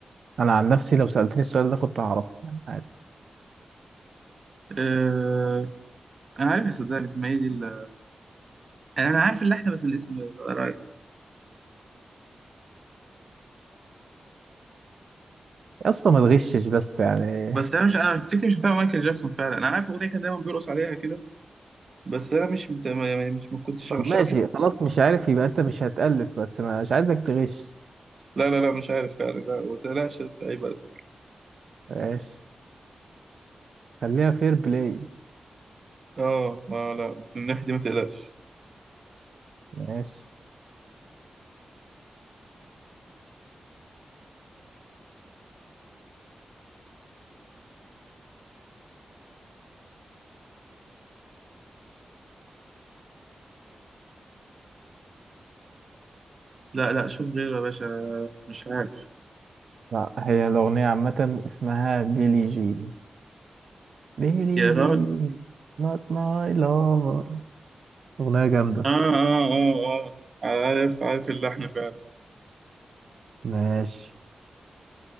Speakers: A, on the right; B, on the right.
A: أنا عن نفسي لو سألتني السؤال ده كنت هعرفه يعني عادي
B: آه انا عارف صدقني اسمها ايه دي ال- انا أنا عارف اللحن بس الاسم رايح
A: يا اسطى ما تغشش بس يعني
B: بس انا مش انا فكرتي مش بتاع مايكل جاكسون فعلا انا عارف الاغنيه كان دايما بيرقص عليها كده بس انا مش مت... ما- مش ما كنتش
A: <laughs> طب
B: عشان
A: ماشي خلاص مش عارف يبقى أنت مش هتألف بس مش عايزك تغش
B: لا لا لا مش عارف فعلا لا ما تقلقش يا اسطى عيب عليك.
A: ماشي خليها فير بلاي
B: اه ما لا من الناحيه دي ما تقلقش
A: ماشي
B: لا لا شوف غيره يا باشا مش عارف
A: لا هي الأغنية عامة اسمها بيلي جين بيلي
B: يا راجل
A: جين not my lover أغنية جامدة
B: آه آه آه آه عارف عارف اللحن فعلا
A: ماشي